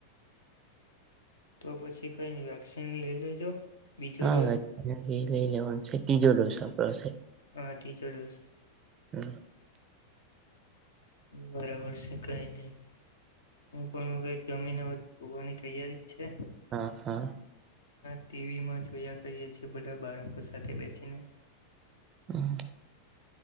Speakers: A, on the left; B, on the right.
A: તો પછી કઈ ન વેક્સિન લઈ લેજો બીજો
B: હા
A: ડોઝ
B: લઈ લેવાનું છે ત્રીજો રોસડો છે
A: હા ી જઢ્યોસ
B: હમ
A: બરાબર છે કઈ નહી હું પણ હવે જમીન સુવાની તૈયારી જ છે
B: હા હા
A: ટીવી માં જોયા કરીએ છીએ બધા બાળકો સાથે બેસીને
B: હમ હ